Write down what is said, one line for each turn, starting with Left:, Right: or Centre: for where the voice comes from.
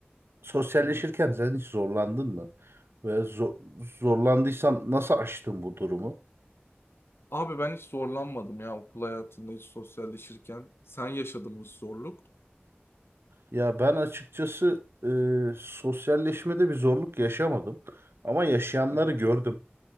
Right: sosyalleşirken
Left: hı.
Right: sen hiç zorlandın mı? Ve zo- zorlandıysan nasıl aştın bu durumu?
Left: Abi ben hiç zorlanmadım ya okul hayatında hiç sosyalleşirken. Sen yaşadın bu zorluk.
Right: Ya ben açıkçası e, sosyalleşmede bir zorluk yaşamadım. Ama yaşayanları
Left: Hı hı.
Right: gördüm.